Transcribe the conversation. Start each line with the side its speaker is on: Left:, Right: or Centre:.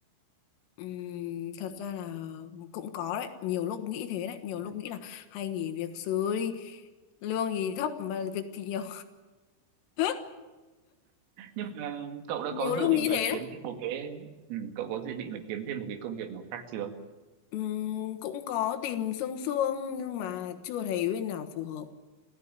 Left: Ừm, thật ra là cũng có đấy nhiều lúc nghĩ thế đấy nhiều
Right: Ừ.
Left: lúc nghĩ là hay nghỉ việc sớm đi lương thì thấp mà việc thì nhiều <laughs>
Right: nhưng mà cậu đã
Left: nhiều
Right: có
Left: lúc
Right: dự định
Left: nghĩ thế
Right: là kiếm
Left: đấy
Right: thêm một cái ừ, cậu có dự định là kiếm thêm một cái công việc nào khác chưa
Left: Ừm, cũng có tìm xương xương nhưng mà chưa thấy bên nào phù hợp